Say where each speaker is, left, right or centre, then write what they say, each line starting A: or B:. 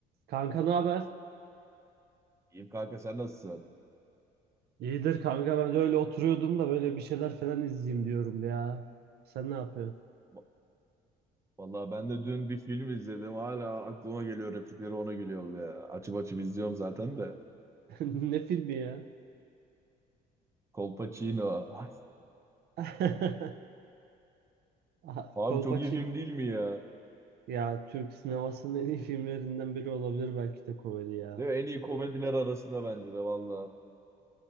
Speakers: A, on the right; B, on the right.
A: Kanka ne haber?
B: İyiyim kanka sen nasılsın?
A: İyidir kanka ben de öyle oturuyordum da böyle bir şeyler falan izleyeyim diyorum ya. Sen ne yapıyorsun?
B: Va- Vallahi ben de dün bir film izledim. Hala aklıma geliyor replikleri ona gülüyor be. Açıp açıp izliyorum zaten de.
A: <laughs> Ne filmi ya?
B: Colpacino. Ay,
A: <laughs> Aha,
B: Abi
A: Kolpaçin.
B: çok iyi film değil mi ya?
A: Ya Türk sinemasının en iyi filmlerinden biri olabilir belki de komedi ya.
B: Değil mi? En iyi komediler arasında bence de valla.